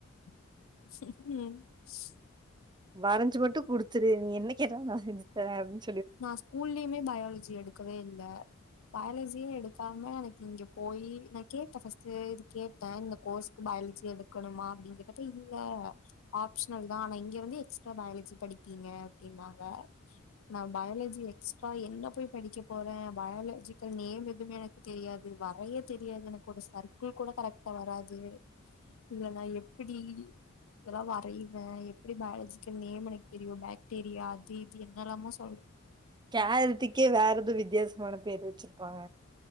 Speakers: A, on the left; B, on the right.
A: ம்
B: வரஞ்சி மட்டு குடுத்துரு நீ என்ன கேட்டாலு நா செஞ்சி தரே அப்டினு
A: நா ஸ்கூல்லேயுமே பயாலஜி எடுக்கவே இல்ல பயாலஜியே எடுக்காம எனக்கு இங்க போயி நா கேட்டே ஃபர்ஸ்ட்டு இது கேட்டே இந்த கோர்ஸுக்கு பயா லஜி எடுக்கனுமா அப்டீனு கேட்டப்ப இல்ல ஆப்ஷ்னல் தா ஆனா இங்க வந்து எக்ஸ்ட்ரா பயாலஜி படிப்பி ங்க அப்டினாங்க நா பயாலஜி எக்ஸ்ட்ரா என்ன போய் படிக்க போறே பயாலஜிக்கல் நேம் எதுமே எனக்கு தெரியாது வ ரைய தெரியாது எனக்கு ஒரு சர்க்குள் கூட கரெக்டா வராது இதுல நா எப்டி இதெல்லா வரைவே எப்டி பயாலஜிக்கல் நேம் எனக்கு தெரியு பாக்டீரியா அது இது என்னலாமோ சொ
B: கேரட்டுக்கே வேற எதோ வித்தியாசமான பேரு வச்சிருப்பாங்க